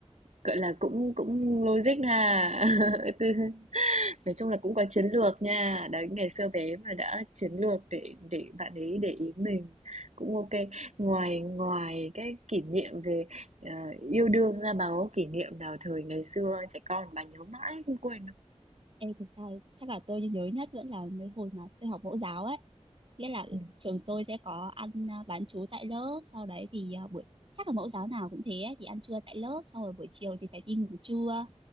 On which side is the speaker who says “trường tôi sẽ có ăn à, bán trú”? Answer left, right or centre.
Right